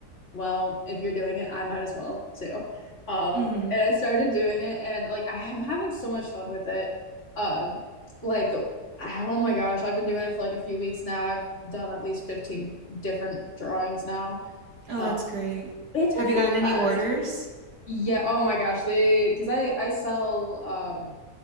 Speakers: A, on the left; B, on the right.
A: well, if you're doing it, I might as well too. Um
B: Mm hmm.
A: and I started doing it and like I'm having so much fun with it. Um like I- oh my gosh, I've been doing it for like a few weeks now. I've done at least 15 different drawings now.
B: Oh,
A: Um
B: that's great.
A: it's
B: Have
A: been
B: you gotten
A: a blast.
B: any orders?
A: Yeah, oh my gosh, they because I I sell um